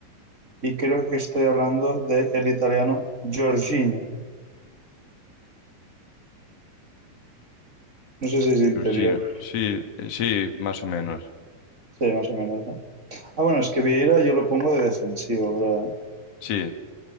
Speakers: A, on the right (about 25°); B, on the left (about 50°).
A: Y creo que estoy hablando del italiano Jorginho. No sé si es interior.
B: Georgina, sí, eh, sí, más o menos.
A: Sí, más o menos, ¿no? Ah, bueno, es que Vieira yo lo pongo de defensivo, ¿verdad?
B: Sí,